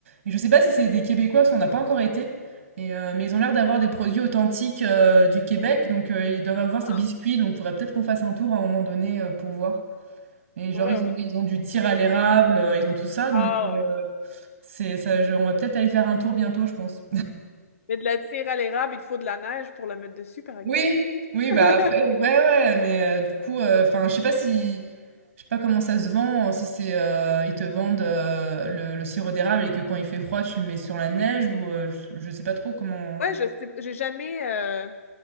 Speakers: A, on the right; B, on the left.
A: et je sais pas si c'est des Québécois parce qu'on n'a pas encore été et heu, mais ils ont l'air d'avoir des produits authentiques, heu, du Québec donc heu, ils doivent avoir ces
B: Ah,
A: biscuits donc il faudrait peut-être qu'on fasse un tour à un moment donné, heu, pour voir et
B: ouais,
A: genre ils ont
B: ouais.
A: ils ont du tir à l'érable, heu, ils ont tout ça donc
B: Ah,
A: heu, c'est ça je on va peut-être aller faire un tour bientôt, je pense.
B: Mais de la tire à l'érable, il te faut de la neige pour la mettre dessus, par exemple.
A: Oui, oui,
B: <laughs>
A: bah, après, ouais, ouais, mais euh, du coup, euh, enfin, je sais pas si, je sais pas comment ça se vend, euh, si c'est, euh, ils te vendent euh, le, le sirop d'érable et que quand il fait froid, tu le mets sur la neige ou euh, je, je sais pas trop comment.
B: Ouais, je sais, j'ai jamais, euh,